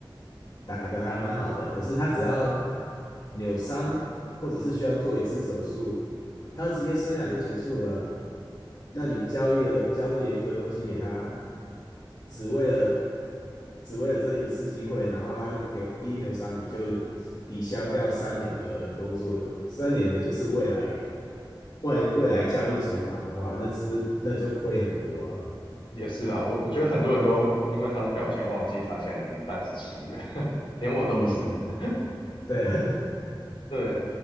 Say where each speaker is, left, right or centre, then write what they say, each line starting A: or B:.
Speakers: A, on the left; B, on the left.
A: 打得还蛮好的，可是他只要扭伤或者是需要做一次手术，他的职业生涯就结束了啊那你交易了交易了一堆东西给他，只为了只为了这一次机会，然后他扭一扭伤，你就抵消掉三年的工作，三年的就是未来未未来交易筹码的话，那只是那就亏很多啊。
B: 也是啊，我我觉得很多人都因为他的表现忘记他现在已经三十七了，<laughs> 连我都是，
A: 嗯嗯，
B: <laughs>
A: 对啊，<laughs>
B: 对，